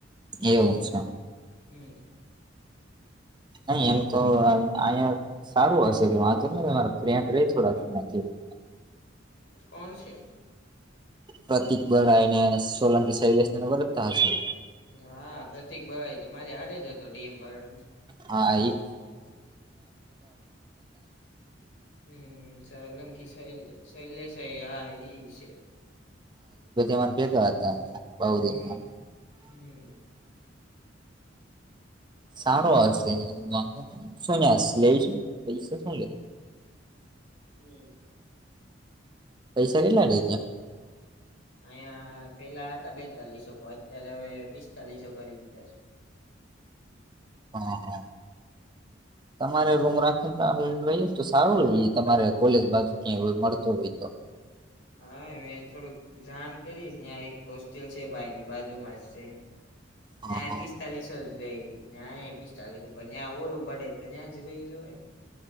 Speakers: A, on the right; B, on the left.
A: એવું છે.
B: હમ.
A: નહી એમ તો અહીયા સારું હશે વાંધો ન મારા ફ્રેન્ડ રે થોડાક <inaudible>
B: કોણ છે?
A: પ્રતિક બરાને સોલંકી શૈલેસ ને ઓરખતા હશે
B: હા પ્રતિક ભાઈ તમારે હારે જ હતો ડી એમ બારડમાં
A: હા એ <inaudible>
B: હમ સોલંકી સય સહેલેસ હા ઇ છે.
A: કે હતા બાવરીમાં
B: હમ હમ
A: સારો આવશે વાંધ શું <unintelligible> પૈસા શું લે? <inaudible>
B: હમ.
A: પૈસા કેટલા લે ત્યાં?
B: અહંયા પેલા હતા બેતાલીસો અત્યારે હવે પિસ્તાલીસો કરી દીધા છે. હ
A: હા હા. તમારે રૂમ રાખી <unintelligible> તો સારું તમારે કોલેજ બાજુ ક્યાં હોય મળતો હોય તો
B: હા <unintelligible> થોડુંક જાણ કરીશ ને આ એક હોસ્ટેલ છે, ભાઈની બાજુમાં જ છે.
A: હા
B: નાય
A: હા
B: પિસ્તાલીસો જ લેય <unintelligible> પિસ્તાલીસો ત્યાં ઓરું પડે ત્યાં જવાય જવાય